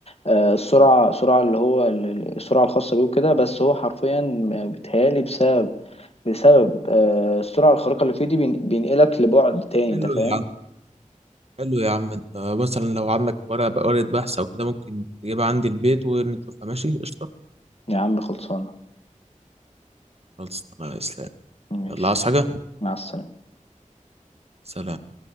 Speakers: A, on the left (about 50°); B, on the right (about 50°).
A: آه، السرعة السرعة اللي هو ال- ال- السرعة الخاصة بيه وكده بس هو حرفيا بيتهيألي بسبب بسبب آه، السرعة الخارقة اللي فيه دي بين- بينقلك لبعد تاني
B: حلو
A: أنت فاهم؟
B: يا عم حلو يا عم انت مثلا لو عندك ورقه ورقه بحث او كده ممكن تجيبها عندي البيت ونشوفها ماشي قشطه
A: يا عم خلصانة
B: خلاص الله يسلمك
A: ماشي
B: يلا عاوز حاجه
A: مع السلامة
B: سلام